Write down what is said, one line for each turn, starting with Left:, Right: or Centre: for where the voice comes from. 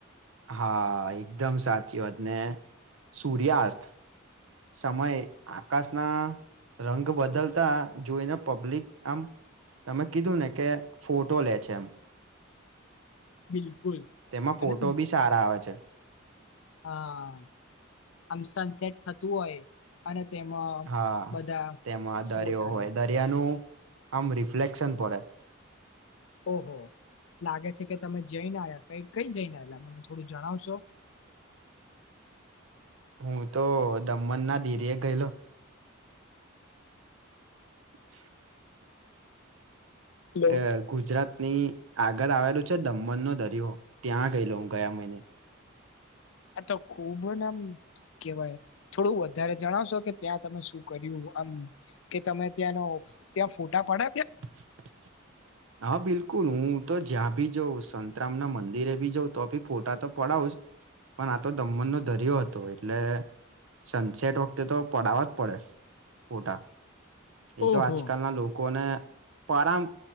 Right: હા, એકદમ સાચી વાત ને સૂર્યાસ્ત સમય આકાશ ના રંગ બદલતા જોઈને પબ્લિક આમ તમે કીધું ને કે ફોટો લે છે એમ.
Left: બિલકુલ
Right: તેમાં ફોટો
Left: અને
Right: બી સારા આવે છે.
Left: હા, આમ સનસેટ થતું હોય અને તેમાં
Right: હા,
Left: બધા
Right: તેમાં
Left: ફોટા
Right: દરિયો હોય
Left: લે
Right: દરિયાનું આમ રિફ્લેક્શન પડે.
Left: ઓહો લાગે છે કે તમે જઈને આયા કઈ કઈ જઈને એલા મને થોડું જણાવશો?
Right: હું તો દમન ના ધીરે ગયેલો. થ..
Left: હલો
Right: એહ ગુજરાતની આગળ આવેલું છે દમન નો દરિયો, ત્યાં ગયેલો હું. ગયા મહિને
Left: આ તો ખુબ ના આમ કેવાય થોડું વધારે જણાવશો કે ત્યાં તમે શું કર્યું આમ કે તમે ત્યાંનો ત્યાં ફોટા પડાવ્યા.
Right: <unintelligible> હા બિલકુલ હું તો જ્યાં ભી જઉં સંતરામ ના મંદિરે ભી જાઉં તો બી ફોટા તો પડાવ જ પણ આ તો દમણનો દરયો હતો એટલે સનસેટ વખતે તો પડવા જ પડે ફોટા એ
Left: ઓહો
Right: તો આજકાલના લોકોને પરમ